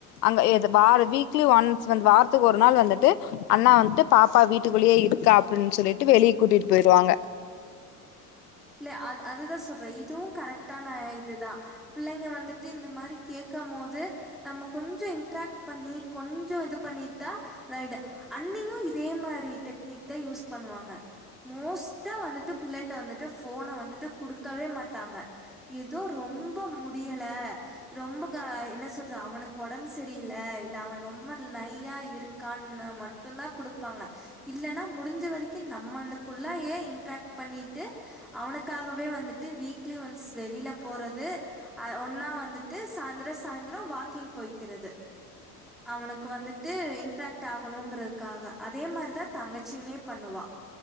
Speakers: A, on the left; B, in the centre.
A: அங்க வா வீக்லி ஒன்ஸ் வந் வாரத்துக்கு ஒரு நாள் வந்துட்டு அண்ணா வந்துட்டு பாப்பா வீட்டுக்குள்ளேயே இருக்கா அப்படின்னு சொல்லிட்டு வெளிய கூட்டிட்டு போயிருவாங்க
B: இல்ல அது அதுதான் சொல்றேன் இ இதுவும் கரெக்டான இதுதான் பிள்ளைங்க வந்துட்டு இந்த மாதிரி கேட்கும் போது நம்ம கொஞ்சம் இன்ட்ராக்ட் பண்ணி கொஞ் இதுவும் இது பண்ணிட்டா ரைடு அண்ணியும் இதே மாதிரி டெக்னிக் தான் யூஸ் பண்ணுவாங்க மோஸ்டா வந்துட்டு பிள்ளட்ட வந்துட்டு ஃபோன வந்துட்டு குடுக்கவே மாட்டாங்க ஏதோ ரொம்ப முடியல ரொம்ப என்ன சொல்றது அவனுக்கு உடம்பு சரியில அவன் ரொம்ப நையா இருக்கான்னு மட்டும் தான் குடுப்பாங்க இல்லன்னா முடிஞ்ச வரைக்கும் நம்மளுக்குள்ளயே இன்ட்ராக்ட் பண்ணிட்டு அவனுக்காகவே வந்துட்டு வீக்லி ஒன்ஸ் வெளியில போறது ஒன்னா வந்துட்டு சாயந்திரம் சாயந்திரம் வாக்கிங் போய்கிறது அவனுக்கு வந்துட்டு இன்ட்ராக்ட் ஆகணும்ங்கறதுக்காக அதே மாரிதான் தங்கச்சியுமே பண்ணுவா